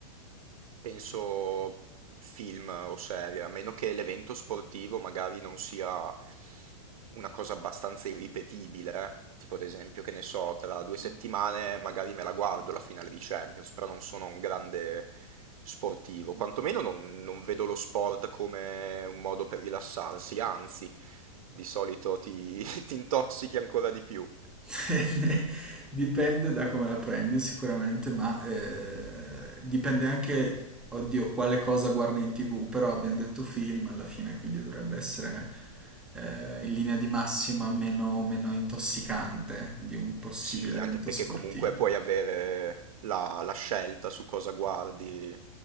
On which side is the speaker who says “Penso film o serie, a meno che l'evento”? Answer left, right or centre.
Right